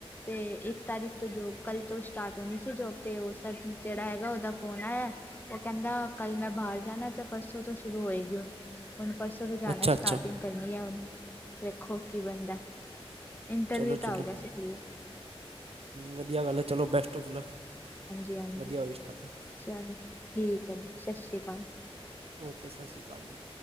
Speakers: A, on the left; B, on the right.
A: ਤੇ ਇਕ ਤਾਰੀਖ। ਜੋ ਕਲ ਤੋਂ ਸਟਾਰਟ ਹੋਣੀ ਸੀ ਜੋ ਤੇ ਉਹ ਜਿਹੜਾ ਹੈਗਾ ਉਹਦਾ ਫੋਨ ਆਇਆ। ਉਹ ਕਹਿਦਾ ਕੱਲ ਮੈ ਬਾਹਰ ਜਾਣਾ ਤੇ ਪਰਸੋਂ ਤੋਂ ਸ਼ੁਰੂ ਹੋਏਗੀ ਹੁਣ- ਹੁਣ ਪਰਸੋਂ ਤੋਂ ਜਾਣਾ
B: ਅੱਛਾ
A: ਸਟਾਰਟਿੰਗ
B: ਅੱਛਾ
A: ਕਰਨੀ ਹੈ। ਹੁਣ ਵੇਖੋ ਕੀ ਬਣਦਾ। ਇੰਟਰਵਿਊ
B: ਚਲੋ ਚਲੋ
A: ਤਾਂ ਆ ਗਿਆ ਸੀ ਕਲੀਅਰ-
B: ਵਧੀਆ ਗੱਲ ਹੈ। ਚਲੋ ਬੈਸਟ ਔਫ ਲੱਕ।
A: ਹਾਂਜੀ ਹਾਂਜੀ
B: ਵਧੀਆ ਹੋਈ ਸਟਾਰਟਿੰਗ
A: ਚਲੋ, ਠੀਕ ਹੈ। ਸਤਿ ਸ਼੍ਰੀ ਅਕਾਲ।
B: ਓਕੇ, ਸਤਿ ਸ਼੍ਰੀ ਅਕਾਲ ਜੀ।